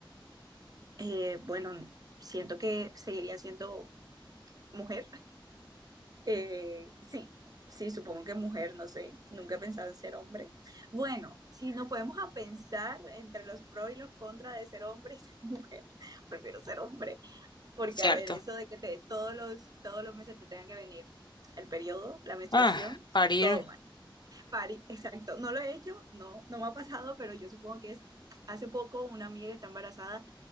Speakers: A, on the right; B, on the left.
A: Eh, bueno, siento que seguiría siendo mujer, Eh, sí, sí, supongo que mujer, no sé, nunca he pensado en ser hombre. Bueno, si nos podemos a pensar entre los pros y los contras de ser hombre y ser mujer, <laughs> prefiero ser hombre, porque
B: ¿Cierto?
A: a ver, eso de que te, todos los, todos los meses te tengan que venir el periodo, la menstruación,
B: Ah, parir.
A: todo mal. Pari, exacto, no lo he hecho, no, no me ha pasado, pero yo supongo que es Hace poco una amiga que está embarazada,